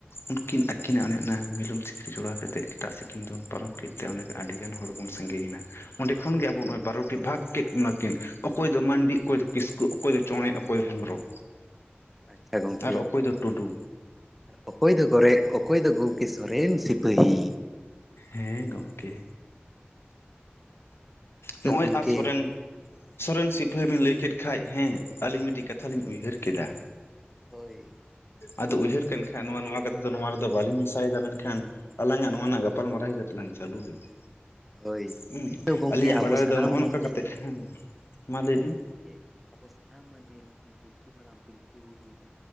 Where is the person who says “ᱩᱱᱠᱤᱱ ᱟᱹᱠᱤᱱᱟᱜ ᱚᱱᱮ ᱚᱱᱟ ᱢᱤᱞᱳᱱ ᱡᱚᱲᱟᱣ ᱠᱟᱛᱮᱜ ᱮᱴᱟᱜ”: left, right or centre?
Left